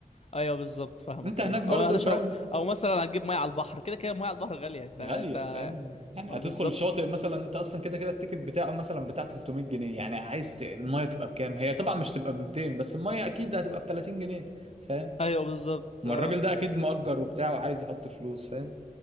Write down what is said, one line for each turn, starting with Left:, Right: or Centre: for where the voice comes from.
Left: ايوه بالظبط فاهمك
Right: انت
Left: ايوه
Right: هناك برضو
Left: او هتشرب
Right: فاهم
Left: او مثلا هتجيب ميه على البحر كده كده ميه على البحر غاليه انت انت
Right: غالية فاهم يعني
Left: آه،
Right: هتدخل
Left: بالظبط
Right: الشاطئ مثلا انت اصلا كده كده التيكت بتاعه مثلا بتاع 300 جنيه يعني عايز ت- المية تبقى بكام هي طبعا مش تبقى ب 200 بس المية اكيد هتبقى ب 30 جنيه فاهم
Left: ايوه بالظبط
Right: ما
Left: اه
Right: الراجل ده اكيد مؤجر وبتاع وعايز يحط فلوس فاهم